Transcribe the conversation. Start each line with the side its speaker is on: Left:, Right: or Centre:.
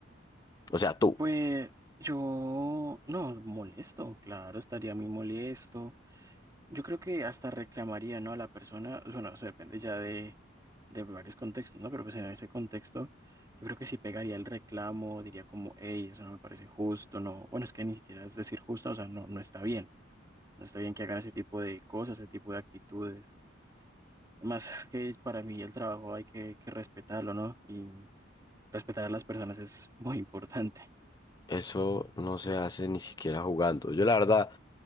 Left: O sea, tú.
Right: Pues yo, no, molesto, claro, estaría muy molesto. Yo creo que hasta reclamaría, ¿no? A la persona, bueno, eso depende ya de, de varios contextos, ¿no? Pero pues en ese contexto, yo creo que sí pegaría el reclamo, diría como, hey, eso no me parece justo, no, bueno, es que ni siquiera es decir justo, o sea, no, no está bien. No está bien que hagan ese tipo de cosas, ese tipo de actitudes. Más que para mí el trabajo hay que, que respetarlo, ¿no? Y respetar a las personas es <laughs> muy importante.
Left: Eso no se hace ni siquiera jugando. Yo la verdad